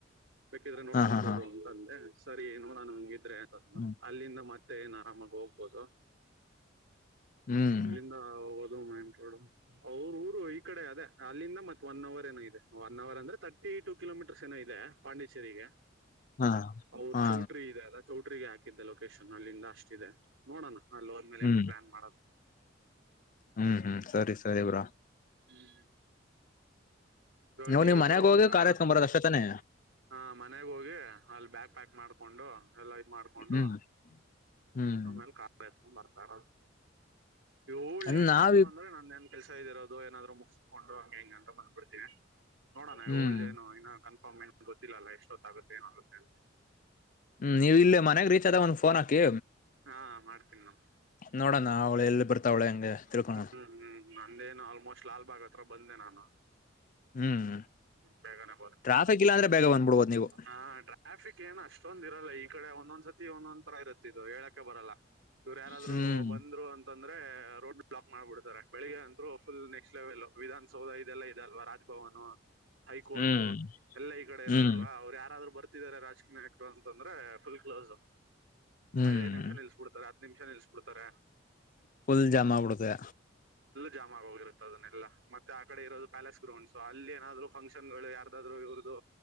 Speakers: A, on the right; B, on the left.
A: ಬೇಕಿದ್ರೆ ನೋಡ್ಕೊಂಡಬೋದು
B: ಹಾ ಹಾ ಹಾ
A: ಅಂತಂದೆ ಸರಿ ನೋಡೋಣ ಹಂಗಿದ್ರೆ ಅ
B: ಹ್ಮ್
A: ಅಲ್ಲಿಂದತ್ತೆ ಮತ್ತೆ ಏನ್ ಆರಾಮಾಗಿ ಹೋಗ್ಬೋದು
B: ಹ್ಮ್
A: ಇಲ್ಲಿಂದ ಮೋಡ್ ಅವ್ರ ಊರು ಈ ಕಡೆ ಅದೇ ಅಲ್ಲಿಂದ ಮತ್ತೆ ಒನ್ ಅವರ್ ಏನೋ ಇದೆ ಒನ್ ಅವರ್ ಅಂದ್ರೆ ತರ್ಟಿ ಟು ಕಿಲೋಮೀಟರ್ಸ್ ಏನೋ ಇದೆ ಪಾಂಡಿ್ೇರಿಗೆ
B: ಹಾ
A: ಅವ್ರ
B: ಹಾ
A: ಚೌಟ್ರಿ ಇದೆ ಅದ ಚೌಟ್ರಿಗೆ ಹಾಕಿದ್ದ ಲೊಕೇಶನ್ ಅಲ್ಲಿಂದ ಅಷ್ಟಿದೆ ನೋಡೋಣ ಅಲ್ಲಿೋದ ಮೇಲೆ
B: ಹ್ಮ್
A: ಹೆಂಗೋ ಪ್ಲಾನ್ ಮಾಡದು
B: ಹ್ಮ್ ಹ್ಮ್ ಸರಿ ಸರಿ ಬ್ರಾ
A: ಹ್ಮ್್ಮ ಇ
B: ನೀವು
A: ನೀವಿಬ್ರುೂ
B: ನೀವ್ ಮನ್ಯಾಗ
A: ಬಂದಾ
B: ಹೋಗಿ ಕಾರ್ ಎತ್ಕೊಂಡ್ ಬರೋದ ಅಷ್ಟೇ ತಾನೆ
A: ಹ ಮನೆಗ್ ಹೋಗಿ ಅಲ್ಲಿ ಬ್ಯಾಗ್ ಪ್ಯಾಕ್ ಮಾಡ್ಕೊಂಡು ಎಲ್ಲ ಇದ್ ಮಾಡ್ಕೊಂಡು
B: ಹ್ಮ್ ಹ್ಮ್
A: ಆಮೇಲೆ ಕಾ ಹತ್ಕೊಂಡ್ ಬರ್ತಾರ ಏಳ್
B: ಅದ್
A: ಲೇಟ್
B: ನಾವ್
A: ಆಯ್ತು ಅಂದ್ರೆ ನಂದೆನ್ ಕೆಲ್ಸ ಇದ್ದಿರೋದು ಏನಾದ್ರು ಮುಗಿಸ್ಕೊಂಡು ಹಂ ಹಿಂಗ ಅಂತ ಬಂದ್ ಬಿಿಡ್ತೀವಿ ನೋಡಣ
B: ಹ್ಮ್
A: ಈಗಳ್ಳ್ದ ಏನು ಇ ಕ ಹ ಮೆ ಗೊತ್ತಿಲ್ಲಲ್ಲ ಎಷ್ಟೊತ್ತಾಗುತ್ತ ಏನಾಗುತ್ತೆ ಅಂತ
B: ಹ್ಮ್ ನೀವು ಇಲ್ಲೇ ಮನ್ಯಾಗ ರೀಚ್ ಅದಾಗ ಒಂದ್ ಫೋನ್ ಹಾಕಿ
A: ಹಾ ಮಾಡ್ತೀನಿ ನಾನು
B: ನೋಡೋಣ ಅವಳೆ ಎಲ್ಲಿ ಬರ್ತಾವ ಅವಳೆ ಹಂಗೆ ತಿಳ್ಕೊಳ
A: ಹ್ಮ್ ಹ್ಮ್ ನಂದೇನು ಆಲ್ಮೋಸ್ಟ್ ಲಾಲ್ಬಾಗ್ ಹತ್ರ ಬಂದೆ ನಾನು
B: ಹ್ಮ್
A: ಬೇಗಾನ ಬ <unintelligible>
B: ಟ್ರಾಫಿಕ್ ಇಲ್ಲ ಅಂದ್ರೆ ಬೇಗ ಬಂದ್ಬಿಡ್ಬೋದು ನೀವು
A: ಹಾ ಟ್ರಾಫಿಕ್ ಏನ್ ಅಷ್ಟೊಂದ್ ಇರಲ್ಲ ಈ ಕಡೆ ಒಂದೊಂದ್ ಸತಿ ಒಂದೊಂದ್ರ ಇರುತ್ತೆ ಇದು ಹೇಳಕ ಬರಲ್ಲ ಇವ್ರು ಯಾರಾದ್ರು
B: ಹ್ಮ್
A: ಬಂದ್ರು ಅಂತಂದ್ರೆ ರೋಡ್ ಬ್ಲಾಕ್ ಮಾಡ್ಬಿಡ್ತಾರೆ ಬೆಳಗ್ಗೆ ಅಂತರು ಫುಲ್ ನೆಕ್ಸ್ಟ್ ಲೆವೆಲ್ ವಿಧಾನಸೌಧ ಇದೆಲ್ಲ ಇದದೆಲ್ವಾ ರಾಜಭವನ್ ಹೈಕೋರ್ಟ್ು
B: ಹ್ಮ್
A: ಎಲ್ಲ ಈ ಕಡೆ ಇರೋದಲ್ವಾ
B: ಹ್ಮ್
A: ಅವ್ರು ಯಾರಾದ್ರು ಬರ್ತಿದ್ದಾರೆ ರಾಜಕೀಯ ನಾಯಕರು ಅಂತಂದ್ರೆ ಫುಲ್ ಕ್ಲೋಸ್
B: ಹ್ಮ್
A: ಐದ್ ಐದ್ ನಿಮಿಷ ನಿಲ್ಸ್ಬಿಡ್ತಾರೆ ಹತ್ ನಿಮಿಷ ನಿಲ್ಸ್ಬಿಡ್ತಾರ
B: ಫುಲ್ ಜಾಮಾ ಆಗಬುಡುತ್ತೆ
A: ಜಾಮ ಆಗ ಹೋಗಿರುತ್ತೆ ಅದನ್ನೆಲ್ಲ ಮತ್ತೆ ಆ ಕಡೆ ಇರೋದು ಪ್ಯಾಲೇಸ್ ಗ್ರೌಂಡ್ ಸೊ ಅಲ್ಲಿ ಏನಾದ್ರು ಫಂಕ್ಷನ್ ಗಳು ಯಾರದಾದ್ರು ಇವ್ರದು